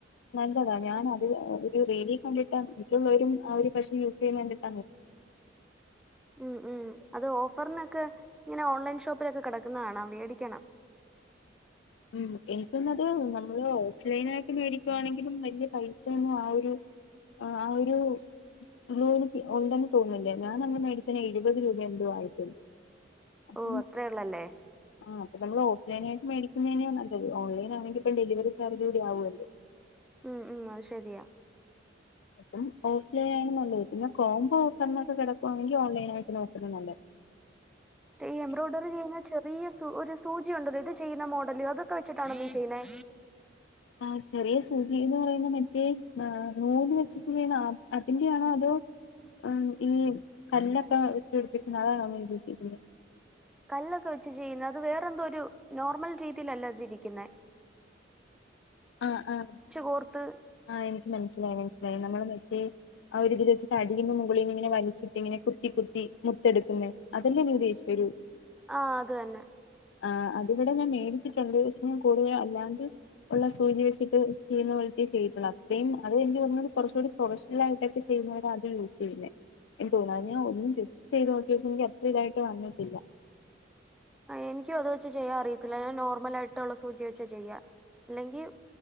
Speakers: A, on the left (about 70°); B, in the centre.
A: നല്ലതാ ഞാൻ അത് ഒരു റീലി കണ്ടിട്ടാ <unintelligible> ആ ഒരു പശ യൂസെയ്ണെ കണ്ടി
B: ഉം ഉം അത് ഓഫർനൊക്കെ ഇങ്ങനെ ഓൺലൈൻ ഷോപ്പിലൊക്കെ കെടക്കന്നകാണം മേടിക്കണം
A: ഉം എനിക്കൊന്നത് നമ്മള് ഓഫ്ലൈനായിട്ട് മേടിക്കുവാണെങ്കിലും വെല്യെ പൈസയൊന്നും ആവൊര് ആഹ് ആഒരു കുലോലിറ്റി ഒണ്ടെന്ന് തോന്നില്ലേ ഞാനന്ന് മേടിച്ചേന് എഴുപത് രൂപേന്തോ ആയിട്ടുള്ളൂ അപ്പം
B: ഓ അത്രേള്ളല്ലേ
A: ആഹ് അപ്പനമ്മളോ ൺലൈനായിട്ട് മേടിക്കുന്നേന്ന്യ നല്ലത് ഓൺലൈൻ ആണെങ്കിപ്പം ഡെലിവറി ചാർജ് കൂടി ആവൂല്ലോ
B: ഉം ഉം അത് ശെരിയാ
A: അപ്പം ഓഫ്ലൈനായാലും നല്ലത് കിട്ടും ഞാൻ കോംബോ ഓഫർനൊക്കെ കെടക്കുവാണെങ്കി ഓൺലൈൻ ആയിട്ട് നോക്കുന്നെ നല്ല
B: ഈ എംബ്രോയ്ഡറിചെയ്യുന്ന ചെറിയസ് ഒരു സൂചിയൊണ്ടല്ലോ ഇത് ചെയ്യുന്ന മോഡല് അതൊക്കെ വെച്ചിട്ടാണോനി ചെയ്യുന്നേ
A: ആഹ് ചെറിയ സൂചീന്ന് പറയുന്ന മറ്റേ ആഹ് നൂല് വെച്ചിട്ട് ചെയ്യുന്ന അതിന്റെയാണോതോ ഉം ഈ കല്ലൊക്കെ വെച്ചുടിപ്പിക്കുന്ന അതാണൊനി ഉദ്ദേശിക്കുന്നെ
B: കല്ലൊക്കെ വെച്ച് ചെയ്യുന്ന അത് വേറെ എന്തോ ഒരു നോർമൽ രീതീലല്ലതിരിക്കുന്നേ
A: ആഹ് ആഹ്
B: കോർത്ത്
A: ആഹ് എനിക്ക് മനസ്സിലായ് മനസിലായ് നമ്മള് മറ്റേ അവര് ഇതില് വെച്ച് അടിന്നും മുകളീന്നുങ്ങനെ വലിച്ചിട്ട് ഇങ്ങനെ കുത്തി കുത്തി മുത്തെടുക്കുന്നെ അതല്ലേനി ഉദ്ദേശിച്ചെ ഒരൂ
B: ആഹ് അത് തന്നെ
A: ആഹ് അതിവിടെ ഞാൻ മേടിച്ചിട്ടൊണ്ട് ഷെ ഞാകൂടുതലു അല്ലാണ്ട് ഉള്ള സൂചി വെച്ചിട്ട് ചെയ്യുന്ന പോലത്തേ ചെയ്ട്ടുള്ളൂ അപ്പേയും അത് എനിക്ക് കുറച്ചുകൂടി പ്രൊഫഷണൽ ആയിട്ടൊക്കെ ചെയ്യ അത് യൂസ് ചെയ്യേ എനിക്ക് തോന്നുന്നു അത് ഞാൻ ഒന്നും ജസ്റ്റ് ചെയ്ത് നോക്കിയപ്പോ എനിക്ക് അത്ര ഇതായിട്ട് വന്നിട്ടില്ല
B: എനിക്കും അത് വെച്ച് ചെയ്യാ അറിയത്തില്ല ഞാൻ നോർമലാ ആയിട്ടുള്ള സൂചി വെച്ചാ ചെയ്യാ അല്ലെങ്കി